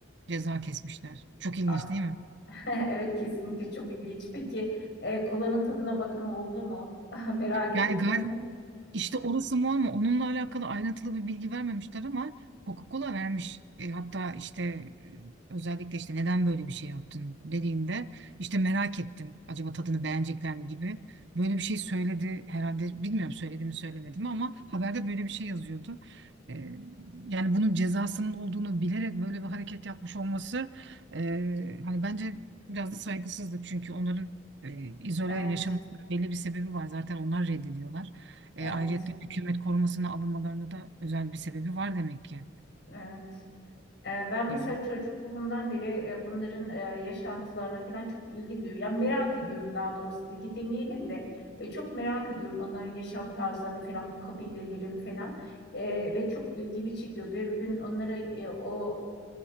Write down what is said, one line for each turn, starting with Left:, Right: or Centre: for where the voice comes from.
Right: ceza kesmişler. Çok ilginç
Left: An-
Right: değil mi?
Left: <laughs> Evet kesinlikle çok ilginç. Peki e, kolanın tadına bakın oldu mu? <laughs> Merak
Right: Yani
Left: ettim.
Right: gal İşte orası mu ama onunla alakalı ayrıntılı bir bilgi vermemişler ama Coca-Cola vermiş. E, hatta işte e, özellikle işte neden böyle bir şey yaptın dediğinde işte merak ettim. Acaba tadını beğenecekler mi gibi. Böyle bir şey söyledi herhalde bilmiyorum söyledi mi söylemedi mi ama haberde böyle bir şey yazıyordu. E, yani bunun cezasının olduğunu bilerek böyle bir hareket yapmış olması e, hani bence biraz da saygısızlık çünkü onların e, izole
Left: Evet,
Right: yaşaması belli bir sebebi var zaten onlar reddediyorlar.
Left: evet,
Right: E, ayrıca hükümet korumasına alınmalarında da özel bir sebebi var demek ki.
Left: evet. E, ben mesela
Right: Yani
Left: çocukluğumdan beri e, bunların e, yaşantılarına falan çok ilgi duyuyorum. Yani merak ediyorum daha doğrusu ilgi demeyelim de e, çok merak ediyorum onların yaşam tarzlarını falan bu kabilelerin falan E, ve çok ilgimi çekiyor. Bir gün onlara e, o